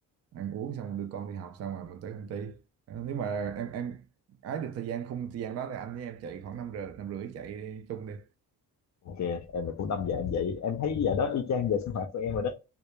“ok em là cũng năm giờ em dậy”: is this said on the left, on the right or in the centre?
Left